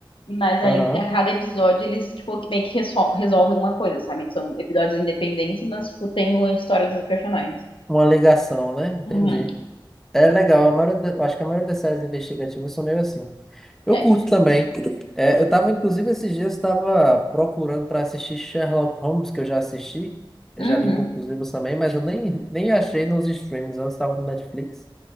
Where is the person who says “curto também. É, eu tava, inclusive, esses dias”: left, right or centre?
Centre